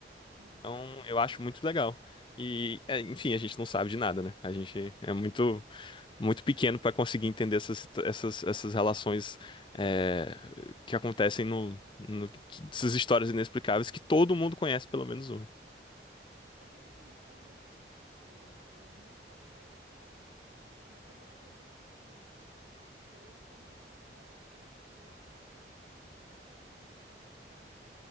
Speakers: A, on the right (about 55°); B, on the left (about 25°).
A: uhum.
B: Então eu acho muito legal. E, é, enfim, a gente não sabe de nada, né? A gente é muito, muito pequeno para conseguir entender essas, essas, essas relações é, que acontecem no, no, que- essas histórias inexplicáveis que todo mundo conhece, pelo menos uma.
A: Eu fico pensando assim, eu, eu não sou cética, mas também não acredito em tudo. Então eu sou muito daquela, eu, ac- eu não acredito, mas também não duvido, sabe?